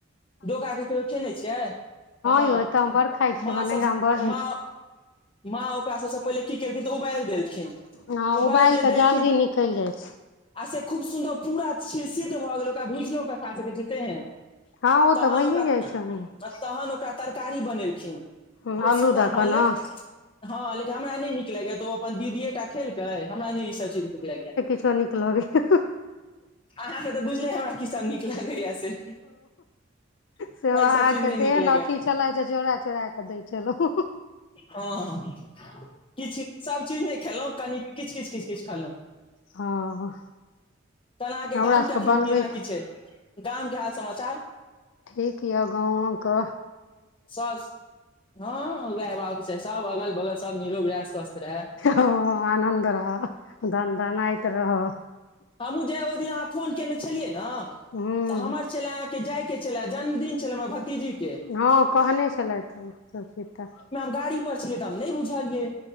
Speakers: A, on the left; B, on the left.
A: डोका के कहियो खेने छियै हँ
B: यौ एतऽ हम बड़ खाइ छियै
A: मा
B: हमर नैहरा
A: सब
B: मे बड़ रहै
A: मा
B: छै
A: माँ ओकरा सब से पहिले की केलखिन तऽ उबालि देलखिन
B: हँ
A: उबालि
B: उबाल
A: जे
B: कऽ
A: देलखिन
B: जल्दी निकलि जाइ छै
A: आ से खूब सुन्दर पूरा सिद्ध भऽ गेल ओकरा भुजलो कऽ ख़ा सकै छै तेहन
B: हँ ओ
A: तहन
B: तऽ भइए
A: ओकरा
B: जाइ छै ओनाहिये
A: तहन ओकरा तरकारी बनेलखिन
B: हूँ
A: खूब
B: अल्लू
A: सुन्दर
B: दऽ कऽ
A: बनलै
B: ने
A: हँ लेकिन हमरा नहि नीक लगैया तऽ ओ अपन दीदीए एक टा खेलकै हमरा नहि ई सब चीज नीक लगैया
B: छो निक लगइ य
A: अहाँ के तऽ बुझले हमरा की सभ नीक लागैए से हमरा
B: से अहाँ
A: ई सब चीज
B: के
A: नहि
B: तेहन
A: नीक लगैया
B: अथी छलै जे झोरा चोरा कऽ दै छलहु
A: हँ किछ सभ चीज नहि खेलहुँ कनि किछ किछ किछ किछ खेलौं
B: हँ
A: तहन अहाँ के
B: हमरा
A: गाम
B: सबके
A: के एखन
B: बनबै
A: केना की छै गाम के हाल समाचार
B: ठीक यऽ गाँवो के
A: स्वास्थ हँ उएह हेबाक के चाही सब अगल बगल सब निरोगरहय स्वस्थ रहै
B: आ आनन्द रह दन दन आऐत रहअ
A: हमहुँ जहिया ओहि दिना फोन केने छलियै ने
B: हूँ
A: तऽ हमर छल अहाँ के जाय के छल जन्मदिन छलऽ हमर भतीजी के
B: हँ कहने छलथि सबचीज तऽ
A: गारि पर छलिए तऽ हम नहि बुझलियै